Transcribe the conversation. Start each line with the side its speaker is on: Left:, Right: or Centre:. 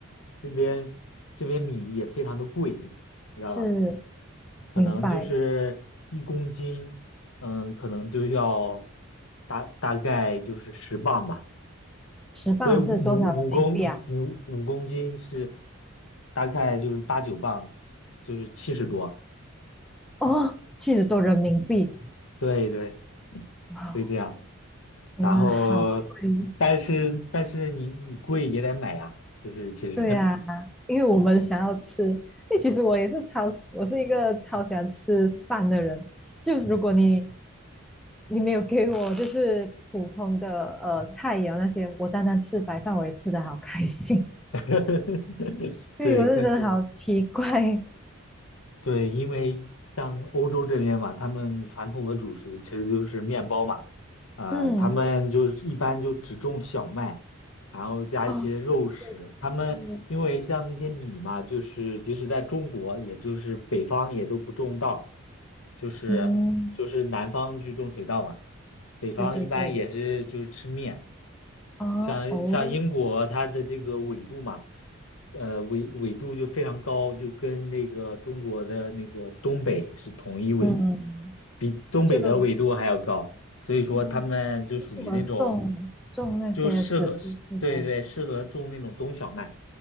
Left: 这边这边米也非常的贵，<laughs> 你知道吧？
Centre: 是
Left: 可能就是一公斤，
Centre: 明白。
Left: 嗯，可能就要大大概就是十磅吧，
Centre: 十磅是多少人民币啊？
Left: 所以五五公五五五公斤是大概就是八九磅，就是七十多，
Centre: 哦，七十多人民币，
Left: 对对，
Centre: 哇，
Left: 会这样。
Centre: 真的好贵。
Left: 然后，但是但是你你贵也得买呀，就是其实，
Centre: 对呀、因为我们想要吃，因为其实我也是超，我是一个超喜欢吃饭的人。就如果你你没有给我就是普通的呃菜肴那些，我单单吃白饭我也吃的好开心。
Left: <laughs>
Centre: <laughs> 对，
Left: 对，
Centre: 我是真的好嗯奇怪。
Left: 可对，因为像欧洲这边嘛，他们传统的主食其实就是面包嘛，啊、
Centre: 嗯，
Left: 他们就是一般就只种小麦，然后加一些肉食。
Centre: 哦，对对对，
Left: 他们因为像那些米嘛，就是即使在中国，也就是北方也都不种稻，就是就是南方去种水稻嘛，
Centre: 嗯，
Left: 北方一般也是就是吃面。
Centre: 对对对，哦哦，
Left: 像像英国它的这个纬度嘛。呃纬纬度就非常高，就跟那个中国的那个东北是同一纬，
Centre: 嗯，
Left: 比东北的纬度还要高，
Centre: 就
Left: 所以说他们就属于那种，
Centre: 嗯，就什我种种那些植物，
Left: 就适合，
Centre: 对吧？
Left: 对对，适合种那种冬小麦，